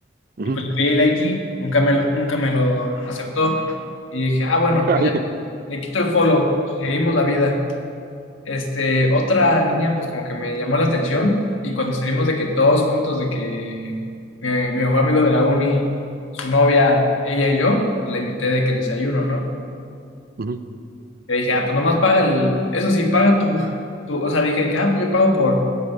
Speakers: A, on the right; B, on the left.
A: ujú.
B: y pues le pedí el IG, nunca me lo, nunca me lo aceptó. Y dije, ah, bueno,
A: <laughs>
B: pues
A: Ay,
B: ya Le quito el follow, seguimos la vida. Este, otra niña, pues como que me llamó la atención y cuando salimos de que todos juntos, de que eh, mi mejor amigo de la uni, su novia, ella y yo, pues le invité de que el desayuno, ¿no?
A: ujú.
B: Le dije, ah, pues nomás paga el, eso sí, paga tú, tú, o sea, le dije que, ah, pues yo pago por,